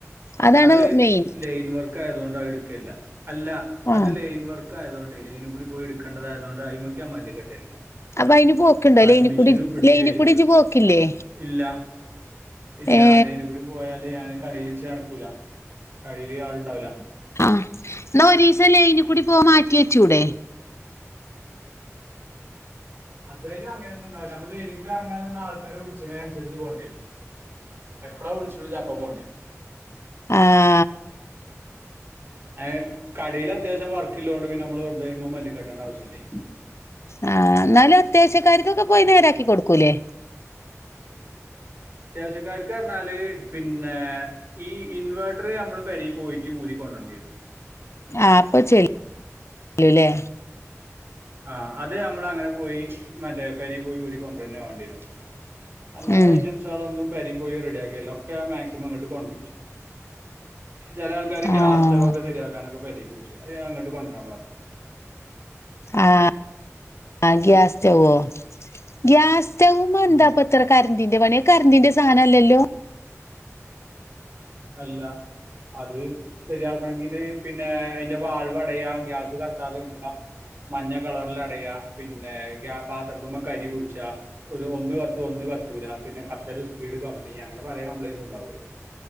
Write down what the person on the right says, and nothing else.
അത്
ലെയ്ൻ വർക്ക് ക്കായതുകൊണ്ട് എടുക്കലില്ല അല്ല
അത് ലയിൻവർക്ക് ആയതുകണ്ട് ലൈന് കൂടി പോയി എടുക്കണ്ടതായതുകണ്ട് അ്മയ്ക്ക മല്ലുകട്ടൽ ഇല്ല
വാഷി
മെഷീനും ഫ്രിഡ്ജും
ഏസി
ഇല്ല ഇല്ല
ലൈനി കൂടി പോയാല് ഞാന് കടേൽച്ച് നടക്കൂല കടേൽ ആളുണ്ടാവൂല
അതായാല് അങ്ങനൊന്നും ഉണ്ടാവുല നമ്മള് ലൈൻ കൂടി ഇറങ്ങാൻ നിന്ന ആൾക്കാര് വിളിച്ണേനുസരിച്ച് പോണ്ടി വെരും എപ്പളാ വിളിച്ച്ണുച്ച അപ്പം പോണ്ടിവെരും
ഏഹ് കടയിൽ അത്യാവശ്യം വർക്കില്ലോണ്ട് പിന്നെ നമ്മള് വെറുതെ അയിമ്മെ മല്ലി കട്ടേണ്ട ആവശ്യമില്ലേ
അത്യാവശ്യക്കാർക്ക് പറഞ്ഞാല് പിന്നെ ഈ ഇൻവേർട്ടർ നമ്മള് പെരി പോയിട്ട് ഊരിക്കൊണ്ടെരെണ്ടി വരും
ആഹ്‌ അത് നമ്മൾ അങ്ങനെ പോയി മറ്റേ പെരി പോയി ഊരിക്കൊണ്ടരെന്നെ വേണ്ടി വരും അല്ലാത്ത
ഐറ്റംസാൾ ഒന്നും പെരി പോയി റെഡി ആക്കെയെല്ല ഒക്കെ ഞാൻ മാക്സിമം ഇങ്ങിട്ട് കൊണ്ട് രിച്ചു ചില ആൾക്കാര് ഗ്യാസ്
സ്റ്റവ് ഒക്കെ ശരിയാക്കാനൊക്കെ പെരിക്ക് വിളിച്ചും അത് ഞാൻ ഇങ്ങട്ട് കൊണ്ടരാൻ പറയും
ഉം
അല്ല അത് ശരിയാക്കണെങ്കില് പിന്നെ അതിന്റെ വാൾവ് അടയാ ഗ്യാസ് കട്ടാതെ ഇരിക്കുക മഞ്ഞ കളറ്ല് അടയാ പിന്നെ പാത്രത്തിമ്മെ കരി പിടിച്ചാ ഒരു ഒന്ന് കത്തും ഒന്ന് കത്തൂല പിന്നെ കത്തൽ ഒരു സ്പീഡ് കമ്മി അങ്ങനെ പല കംപ്ലയിന്റ് ഉണ്ടാവും